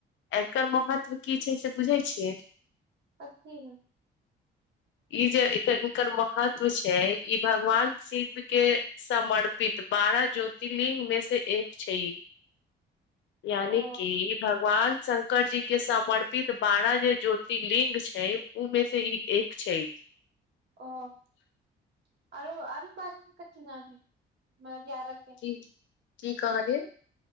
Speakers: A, on the left; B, on the right.
A: एकर महत्व की छै से बुझै छियै
B: कथी ह <inaudible>
A: ई जे एकर इनकर महत्व छै ई भगवान शिव केँ समर्पित बारह ज्योतिर्लि्ंग में से एक छै यानि
B: ओ
A: कि भगवान शंकर जी केँ समर्पित बारह जे ज्योतिर्लिंग छै उमे से ई एक छै
B: अ <inaudible> आरो आरो बारह केँ कथी नाम है हम एग्यारह केँ
A: ती <inaudible> की कहल